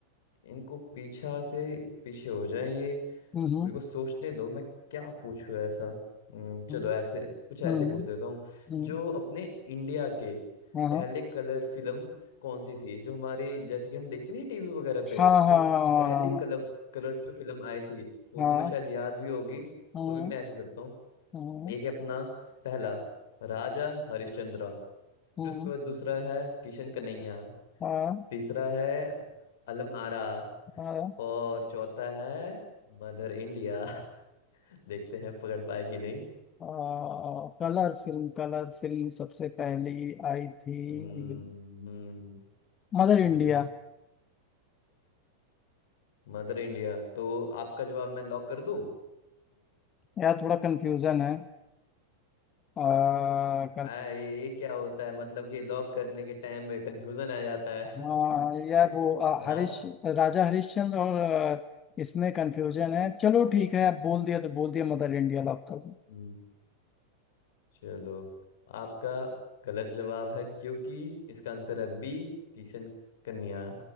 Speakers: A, on the left; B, on the left.
A: इनको पीछा से पीछे हो जाएं तो
B: हम्म
A: मेरे को सोचने दो मैं क्या पूछूं ऐसा हम्म, चलो
B: हम्म
A: ऐसे कुछ ऐसे
B: हम्म
A: ही पूछ लेता हूँ
B: हम्म,
A: जो अपने इंडिया के
B: हाँ
A: पहले कलर फिल्म कौन सी थी जो हमारी जैसे कि हम देखते नहीं टीवी वगैरह पे
B: हाँ
A: जो
B: हाँ
A: पहली
B: हाँ
A: कलर कलर जो फिल्म आई थी वो
B: हाँ
A: तुम्हें शायद याद भी होगी
B: हाँ
A: तो भी मैं ऐसे करता हूँ
B: हाँ
A: एक है अपना पहला राजा हरिश्चंद्रा
B: हाँ
A: फिर उसके बाद दूसरा है किशन कन्हैया
B: हाँ
A: तीसरा है अलम आरा
B: हाँ
A: और चौथा है मदर इंडिया <laughs> देखते हैं पकड़ पाए कि नहीं
B: हाँ कलर फिल्म कलर फिल्म सबसे पहली आई थी
A: हम्म हम्म
B: मदर
A: हम्म,
B: इंडिया
A: मदर इंडिया तो आपका जवाब मैं लॉक कर दूं
B: यार थोड़ा कंफ्यूजन है आ,
A: आ, ये ये क्या होता है मतलब कि लॉक करने के टाइम में कंफ्यूजन आ जाता है
B: हाँ यार
A: <laughs>
B: वो अ,
A: हाँ
B: हरीश राजा हरिश्चंद्र और अ, इसमें कंफ्यूजन है चलो ठीक है आप बोल दिया तो बोल दिया मदर इंडिया लॉक कर दो
A: हम्म, चलो आपका गलत जवाब है क्योंकि इसका आंसर है बी किशन कन्या